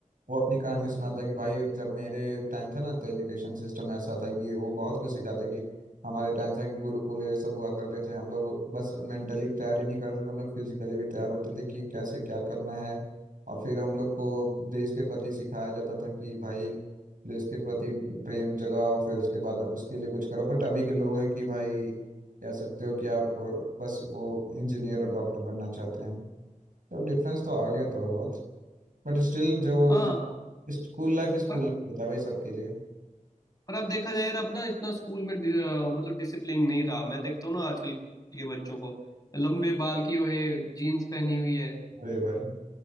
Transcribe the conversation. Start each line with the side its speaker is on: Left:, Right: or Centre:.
Right: वो अपनी कहानियां सुनाता है कि भाई जब मेरे टाइम था ना तो एजुकेशन सिस्टम ऐसा था ये वो बहुत कुछ सिखाता है कि हमारे टाइम था कि गुरुकुल ये सब हुआ करते थे हम लोग बस मेंटली तैयार ही नहीं करते थे हम लोग फिजिकली भी तैयार होते थे कि कैसे क्या करना है और फिर हम लोग को देश के प्रति सिखाया जाता था कि भाई देश के प्रति प्रेम जगाओ फिर उसके बाद उसके लिए कुछ करो बट अभी के लोग हैं कि भाई कह सकते हो कि आप बस वो इंजीनियर और डॉक्टर बनना चाहते हैं तो डिफरेंस तो आ गया थोड़ा बहुत बट स्टिल जो
Left: हाँ
Right: स्कूल लाइफ स्कूल
Left: पर
Right: लाइफ होता है भाई सबके लिए
Left: पर अब देखा जाए यार अब ना इतना स्कूल में डि- अ, मतलब डिसिप्लिन नहीं रहा मैं देखता हूँ ना आजकल के बच्चों को लंबे बाल की हुए जीन्स पहनी हुई है
Right: अरे भाई